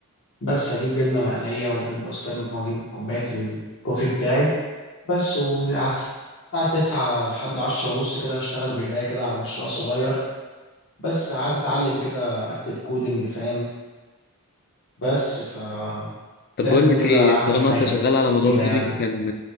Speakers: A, on the left; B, on the left.
A: بس اجيب جبنه مقليه وبيض بسطرمه واجيب كوبايه الكوفي بتاعي بس وعلى الساعه 9 لحد 10 ونص كده هشتغل بايديا كده على مشروع صغير بس عايز اتعلم كده اكتب كودنج فاهم بس فلازم
B: طب بقول لك
A: كده
B: ايه
A: اعمل
B: طالما
A: حاجه
B: انت شغال على
A: مفيده
B: موضوع الكودينج
A: يعني
B: كان